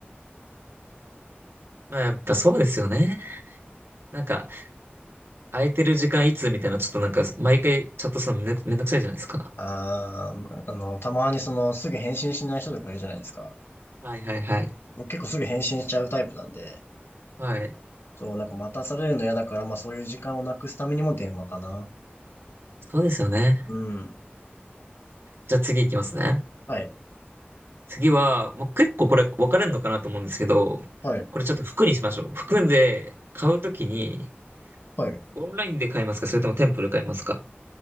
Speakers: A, on the right (about 80°); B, on the left (about 75°).
A: まあやっぱそうですよね。なんか、空いてる時間いつみたいな、ちょっとなんか、毎回チャットするのめんめんどくさいじゃないですか。
B: <laughs> ああ、あの、たまにその、すぐ返信しない人とかいるじゃないですか。
A: はいはいはい。
B: 僕結構すぐ返信しちゃうタイプなんで、
A: はい。
B: そう、なんか待たされるの嫌だから、まあそういう時間をなくすためにも電話かな。
A: そうですよね。
B: うん。
A: じゃあ次いきますね。
B: はい。
A: 次は、もう結構これ分かれるのかなと思うんですけど、
B: はい。
A: これちょっと服にしましょう。服で買うときに、
B: はい。
A: オンラインで買いますかそれとも店舗で買いますか